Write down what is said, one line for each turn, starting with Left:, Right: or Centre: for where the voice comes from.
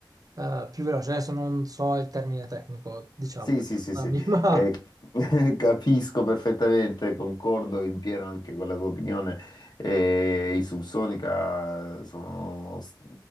Right: eh, più veloce. Adesso non so il termine tecnico, diciamo,
Left: Sì,
Right: perdonami,
Left: sì, sì, sì,
Right: <laughs> ma
Left: eh, <laughs> capisco perfettamente, concordo in pieno anche con la tua opinione. eh, i Subsonica sono s-